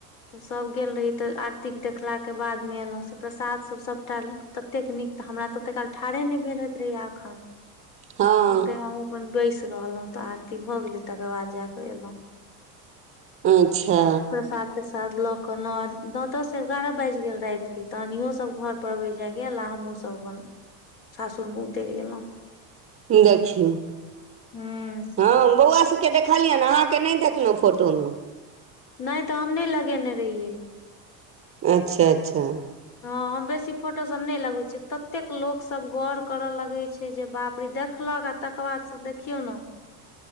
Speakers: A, on the left; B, on the right.
A: सभ गेल रही तऽ आरतीके देखलाके बादमे एयलहुँ से प्रसाद सभ सभटा ततेक नीक तऽ हमरा तऽ ओते काल ठाढ़े नहि भेल होइत रहैया एखन
B: हँ
A: ते म अपन बैसि रहलहुँं तऽ आरती भऽ गेले तकर बाद जाके एलहुँ।
B: अच्छा
A: प्रसाद प्रसाद लऽ के न नौ दस एगारह बाजि गेल राति के तहन इहो सब घऽर जाबै जाय गेल आ हमहहुँ सब अपन सासुर मे उतरि गेलहुँ।
B: देखीयौ
A: हूँ
B: हँ बौआ स के देखलियैन अहाँ के नहि देखलहु फोटो मे
A: नहि तऽ हम नहि लगेने रहियै।
B: अच्छा अच्छा
A: हँ हम बेसी फोटोसभ नहि लगबैत छै ततेक लोकसभ गौर करऽ लगैत छै जे बाप रे देखलक आ तकर बाद से देखियौ नऽ